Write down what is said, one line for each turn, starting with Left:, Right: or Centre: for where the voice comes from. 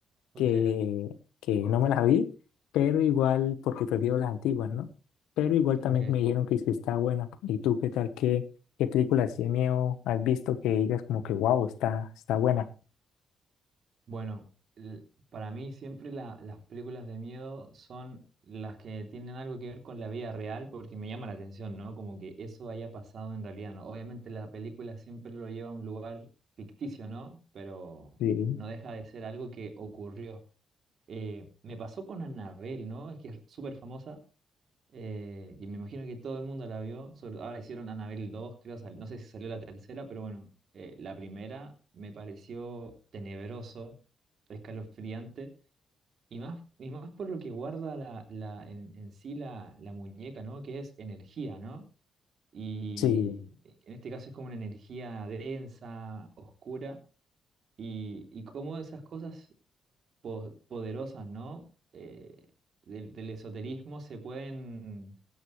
Right: ok,
Left: que, que no me las vi, pero igual, porque prefiero las antiguas, ¿no? Pero igual
Right: ok.
Left: también me dijeron que, es que está buena. ¿Y tú qué tal? ¿Qué, qué película así de miedo has visto que digas como que wow, está, está buena?
Right: Bueno, l- para mí siempre la- las películas de miedo son las que tienen algo que ver con la vida real porque me llama la atención, ¿no? Como que eso haya pasado en realidad, ¿no? Obviamente la película siempre lo lleva a un lugar ficticio, ¿no? Pero
Left: Sí,
Right: no deja de ser algo que ocurrió. Eh, me pasó con Annabelle, ¿no? Es que es súper famosa eh, y me imagino que todo el mundo la vio. sobre- ahora hicieron Annabelle dos creo, sal- no sé si salió la tercera, pero bueno, eh, la primera me pareció tenebroso, escalofriante, y más, y más por lo que guarda la, la- en, en sí la, la muñeca, ¿no? Que es energía, ¿no? Y
Left: sí.
Right: en este caso es como una energía densa, oscura, y, y cómo esas cosas po- poderosas, ¿no? Eh, del, del esoterismo se pueden